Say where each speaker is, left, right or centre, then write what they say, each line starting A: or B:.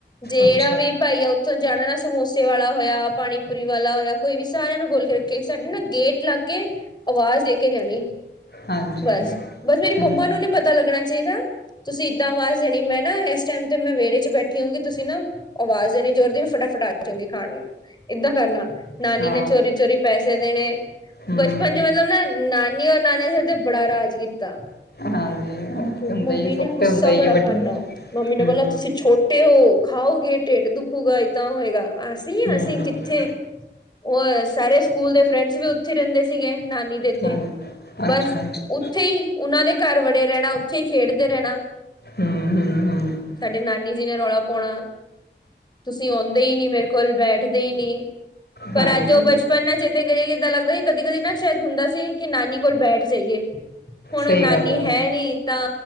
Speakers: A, on the left; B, on the left.
A: ਜਿਹੜਾ
B: ਅੱਛਾ
A: ਵੀ ਭਾਈ ਆ ਓ ਉੱਥੋਂ ਜਾਣਾ ਨਾ, ਸਮੋਸੇ ਵਾਲਾ ਹੋਇਆ, ਪਾਣੀਪੂਰੀ ਵਾਲਾ ਹੋਇਆ, ਕੋਈ ਵੀ ਸਾਰਿਆਂ ਨੂੰ ਬੋਲ ਕੇ ਰੱਖੇ। ਸਾਡੇ ਨਾ ਗੇਟ ਲਾਗੇ। ਆਵਾਜ਼ ਦੇ, ਕੇ ਜਾਣੀ।
B: ਹਾਂਜੀ
A: ਬਸ,
B: ਹੂੰ,
A: ਬਸ ਮੇਰੀ
B: ਹਾਂਜੀ
A: ਮੰਮਾ, ਨੂੰ ਨਹੀਂ ਪਤਾ ਲੱਗਣਾ ਚਾਹੀਦਾ। ਤੁਸੀਂ ਏਦਾਂ ਆਵਾਜ਼ ਦੇਣੀ, ਮੈਂ ਨਾ ਇਸ ਟਾਈਮ। ਤੇ ਮੈਂ ਵਿਹੜੇ, ਚ ਬੈਠੀ ਹੋਊਗੀ। ਤੁਸੀਂ ਨਾ ਆਵਾਜ਼, ਦੇਣੀ ਜੋਰ ਦੀ, ਮੈਂ, ਫਟਾਫਟ ਆ ਜਾਉਗੀ ਖਾਣ ਨੂੰ। ਏਦਾਂ ਕਰਨਾ। ਨਾਨੀ
B: ਹਾਂ
A: ਨੇ ਚੋਰੀ- ਚੋਰੀ, ਪੈਸੇ ਦੇਣੇ।
B: ਹੂੰ,
A: ਬਚਪਨ ਚ ਮਤਲਬ ਨਾ। ਨਾਨੀ ਔਰ ਨਾਨੇ ਸੇਰ, ਤੇ ਬੜਾ ਰਾਜ, ਕੀ- ਤਾਂ,
B: ਹਾਂਜੀ ਉਹ ਤੇ ਹੁੰਦਾ
A: ਮੰਮੀ
B: ਹੀ
A: ਨੇ,
B: ਸੁੱਖ
A: ਗੁੱਸਾ
B: ਤੇ ਹੁੰਦਾ ਹੀ
A: ਬੜਾ
B: ਹੈ ਵੱਡਿਆਂ
A: ਕਰਨਾ।
B: ਦਾ
A: ਮੰਮੀ ਨੇ
B: ਹੂੰ,
A: ਬੋਲਣਾ, ਤੁਸੀਂ ਛੋ- ਟੇ ਓ, ਖਾਓਗੇ ਢਿੱਡ ਦੁਖੂਗਾ, ਏਦਾਂ ਹੋਏਗਾ। ਅਸੀਂ,
B: ਹੂੰ,
A: ਅਸੀਂ ਕਿੱਥੇ। ਉਹ ਸਾਰੇ, ਸਕੂਲ ਦੇ ਫਰੈਂਡਸ ਵੀ, ਉੱਥੇ ਰਹਿੰਦੇ ਸੀਗੇ। ਨਾਨੀ ਦੇ ਇੱਥੇ।
B: ਹਾਂਜੀ
A: ਬਸ,
B: ਅੱਛਾ ਅੱਛਾ
A: ਉੱਥੇ ਹੀ, ਉਹਨਾਂ ਦੇ ਘਰ, ਵੜੇ ਰਹਿਣਾ। ਉੱਥੇ ਹੀ, ਖੇਡਦੇ ਰਹਿਣਾ।
B: ਹੂੰ, ਹੂੰ, ਹੂੰ
A: ਸਾਡੇ, ਨਾਨੀ ਜੀ ਨੇ, ਰੌਲਾ ਪਾਉਣਾ। ਤੁਸੀਂ, ਆਉਂਦੇ ਹੀ ਨੀ, ਮੇਰੇ ਕੋਲ, ਬੈਠਦੇ ਹੀ ਨਹੀਂ। ਪਰ
B: ਹਾਂਜੀ
A: ਅੱਜ, ਉਹ ਬਚਪਨ ਨਾ, ਚੇਤੇ ਕਰੀਏ। ਕਿੱਦਾਂ ਲੱਗਦਾ ਕਿ ਕਦੀ- ਕਦੀ, ਨਾ ਸ਼ਾਇਦ ਹੁੰਦਾ ਸੀ, ਕਿ ਨਾਨੀ। ਕੋਲ ਬੈਠ ਜਾਈਏ। ਹੁਣ
B: ਸਹੀ
A: ਉਹ ਨਾਨੀ,
B: ਗੱਲ
A: ਹੈ ਨੀ। ਤਾਂ,